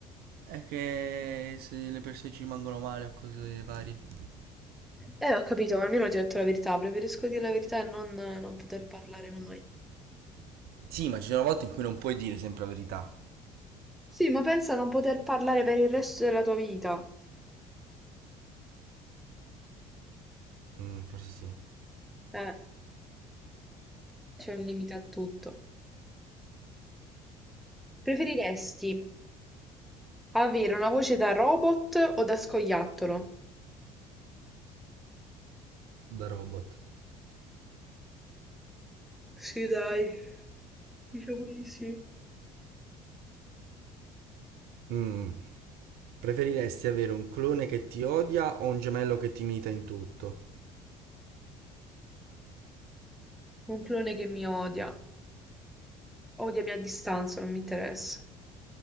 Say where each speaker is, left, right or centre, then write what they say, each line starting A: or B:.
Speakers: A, on the right (about 55°); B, in the centre.
A: È che se le persone ci rimangono male o cose varie.
B: Eh, ho capito, ma almeno ti ho detto la verità. Preferisco dire la verità e non, non poter parlare mai.
A: Sì, ma ci sono volte in cui non puoi dire sempre la verità.
B: Sì, ma pensa a non poter parlare per il resto della tua vita.
A: Mm, forse sì.
B: Eh, c'è un limite a tutto. Preferiresti avere una voce da robot o da scoiattolo?
A: Da robot.
B: Sì, dai, diciamo di sì.
A: Mm, Preferiresti avere un clone che ti odia o un gemello che ti imita in tutto?
B: Un clone che mi odia, odiami a distanza, non mi interessa.